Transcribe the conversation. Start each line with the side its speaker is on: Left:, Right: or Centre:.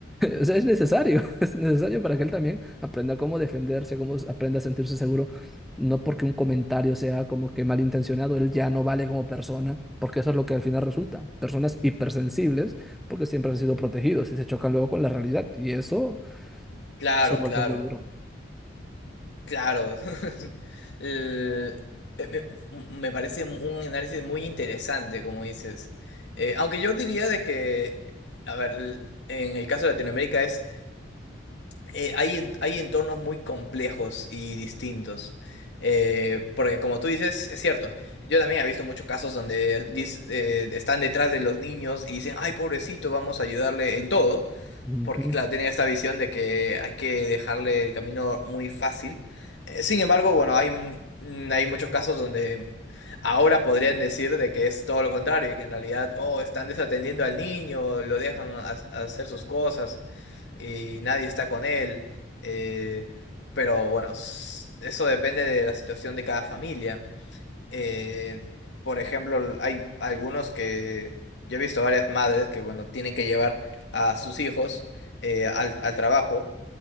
Centre: O sea, es necesario, <laughs> es necesario para que él también aprenda cómo defenderse, cómo s- aprenda a sentirse seguro no porque un comentario sea como que malintencionado, él ya no vale como persona, porque eso es lo que al final resulta. Personas hipersensibles, porque siempre han sido protegidos y se chocan luego con la realidad. Y eso
Left: claro,
Centre: es un golpe
Left: claro.
Centre: muy duro.
Left: Claro, <laughs> el- eh, me, me parece un análisis muy interesante, como dices. Eh, aunque yo diría de que, a ver, l- en el caso de Latinoamérica es, eh, hay, en- hay entornos muy complejos y distintos. Eh, porque como tú dices, es cierto, yo también he visto muchos casos donde dis- eh, están detrás de los niños y dicen, ay, pobrecito, vamos a ayudarle en todo
Centre: Ujú.
Left: porque claro, tienen esta visión de que hay que dejarle el camino muy fácil. Eh, Sin embargo, bueno, hay, m- mm, hay muchos casos donde mm, ahora podrían decir de que es todo lo contrario y que en realidad, oh, están desatendiendo al niño, lo dejan a- a hacer sus cosas y nadie está con él. Eh, pero bueno, s- eso depende de la situación de cada familia. Eh, por ejemplo, hay algunos que yo he visto varias madres que, bueno, tienen que llevar a sus hijos eh, al, al trabajo.